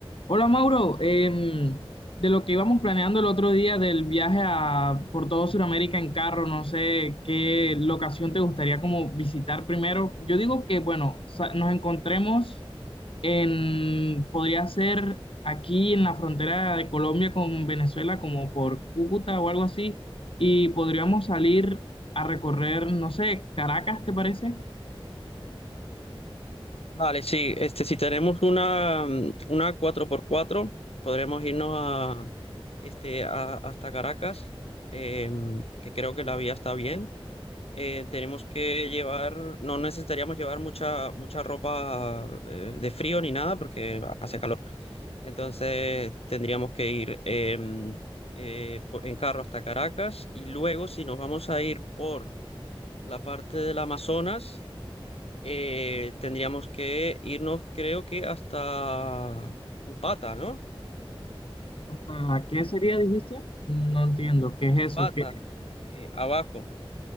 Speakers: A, on the left; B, on the left.
A: Hola Mauro, Em, de lo que íbamos planeando el otro día del viaje a, por todo Sudamérica en carro, no sé qué locación te gustaría como visitar primero. Yo digo que, bueno, sa- nos encontremos en, podría ser aquí en la frontera de Colombia con Venezuela, como por Cúcuta o algo así, y podríamos salir a recorrer, no sé, Caracas, ¿te parece?
B: Vale, sí, este, si tenemos una, mm, una cuatro por cuatro podremos irnos a, este, a- hasta Caracas, em, que creo que la vía está bien. Eh, tenemos que llevar, no necesitaríamos llevar mucha, mucha ropa eh, de frío ni nada porque hace calor. Entonces tendríamos que ir em, eh, po- en carro hasta Caracas y luego si nos vamos a ir por la parte del Amazonas, eh, tendríamos que irnos, creo que hasta Upata, ¿no?
A: ¿Hasta qué sería, dijiste? No entiendo, ¿qué es
B: Upata,
A: eso? ¿Qué?
B: eh, abajo,